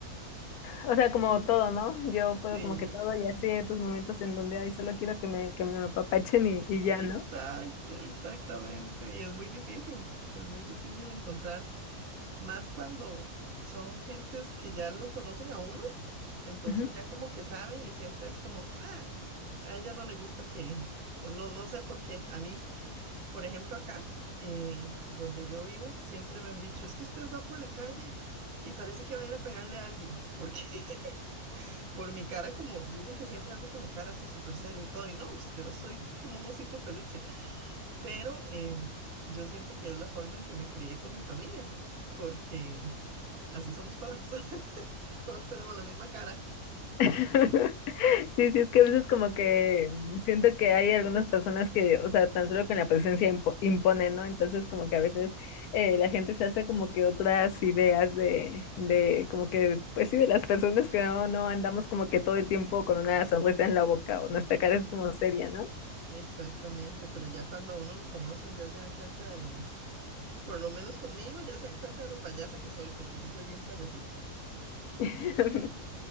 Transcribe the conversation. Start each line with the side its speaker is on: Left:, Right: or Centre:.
Left: o sea, como todo, ¿no? Yo puedo
Right: Sí,
Left: como que todo y así hay otros momentos en donde, ay, solo quiero que me, que me apapachen y, y ya,
Right: exacto,
Left: ¿no?
Right: exactamente. Y es muy difícil, es muy difícil encontrar, más cuando son gentes que ya lo conocen a uno, entonces
Left: Ujú.
Right: ya como que saben y siempre es como, ah, a ella no le gusta que, o no, no sé por qué, a mí. Por ejemplo, acá, eh, donde yo vivo, siempre me han dicho, es que usted va por la calle y parece que va a ir a pegarle a alguien, porque <laughs> por mi cara, como dicen que siempre ando con la cara así súper seria y todo, y no, pues, yo soy como un osito de peluche, pero em, yo siento que es la forma en que me crié con mi familia, porque así somos todas, <laughs> todas tenemos la misma cara.
Left: <laughs> Sí, sí, es que a veces como que siento que hay algunas personas que, o sea, tan solo con la presencia impo- impone, ¿no? Entonces como que a veces eh, la gente se hace como que otras ideas de, de como que, pues sí, de las personas que no, no andamos como que todo el tiempo con una sonrisa en la boca o nuestra cara es como seria, ¿no?
Right: Exactamente, pero ya cuando a uno lo conocen, ya se dan cuenta de lo, por lo menos conmigo, ya se dan cuenta de lo payasa que soy, porque sí soy bien payasita.
Left: <laughs>